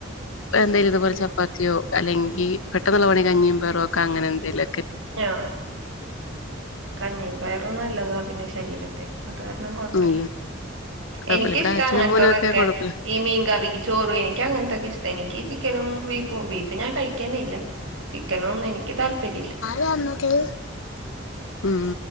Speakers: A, on the left (about 85°); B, on the right (about 75°).
A: എന്തേലും ഇതുപോലെ ചപ്പാത്തിയോ അല്ലെങ്കിൽ പെട്ടെന്നുള്ള പെട്ടെന്ന് കഞ്ഞിയും പയറും ഒക്കെ അങ്ങനെ എന്തെങ്കിലും
B: ആ കഞ്ഞിയും പയറും നല്ലതാ പിന്നെ ശരീരത്തി അത് കാരണം കൊഴപ്പല്ല
A: ഉം കുഴപ്പമില്ല
B: എനിക്കിഷ്ട്ട
A: ഇവിടെ അച്ഛനും
B: അങ്ങൻത്തതൊക്കെ
A: മോനും ഒക്കെ കുഴപ്പമില്ല
B: ഈ മീൻ കറി ചോറ് എനിക്ക് അങ്ങനത്തൊക്കെ ഇഷ്ടം എനിക്ക് ചിക്കനും ബീഫും ബീഫ് ഇപ്പ ഞാൻ കഴിക്കന്നേ ഇല്ല ചിക്കനൊന്നും എനിക്ക് താല്പര്യം ഇല്ല
A: <unintelligible> ഉം